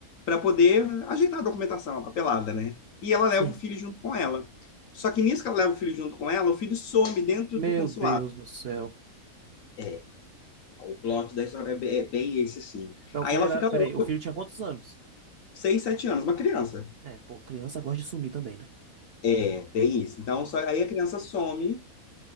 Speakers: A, on the left; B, on the right.
A: para poder ajeitar a documentação, a papelada, né? E ela
B: Sim.
A: leva o filho junto com ela. Só que nisso que ela leva o filho junto com ela, o filho some dentro
B: Meu
A: do consulado.
B: Deus do céu.
A: É, o plot da história é bem esse, assim.
B: Mas
A: Aí
B: o filho
A: ela
B: era.
A: fica
B: Peraí,
A: louca,
B: o filho tinha quantos anos?
A: seis, sete anos, uma criança.
B: É, pô, criança gosta de sumir também, né?
A: É, tem isso. Então, só, aí a criança some